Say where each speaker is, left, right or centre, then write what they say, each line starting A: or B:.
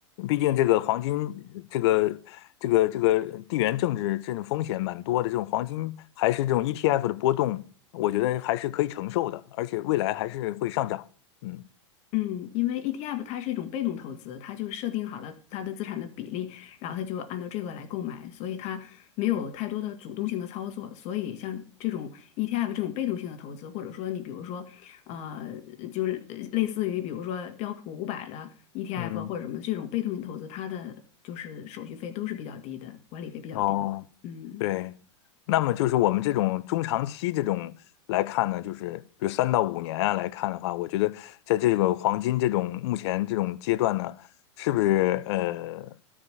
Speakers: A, on the left (about 60°); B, on the left (about 45°).
A: 毕竟这个黄金，这个这个这个地缘政治这种风险蛮多的，这种黄金还是这种 ETF 的波动，我觉得还是可以承受的，而且未来还是会上涨。嗯
B: 嗯，因为 ETF 它是一种被动投资，它就是设定好了它的资产的比例，然后它就按照这个来购买，所以它没有太多的主动性的操作。所以像这种 ETF 这种被动性的投资，或者说你比如说，呃，就是呃类似于比如说标普五百的 ETF
A: 嗯。
B: 或者什么这种被动性投资，它的就是手续费都是比较低的，管理费比较低。
A: 哦，
B: 嗯。
A: 对，那么就是我们这种中长期这种来看呢，就是比如三到五年啊来看的话，我觉得在这个黄金这种目前这种阶段呢，是不是呃，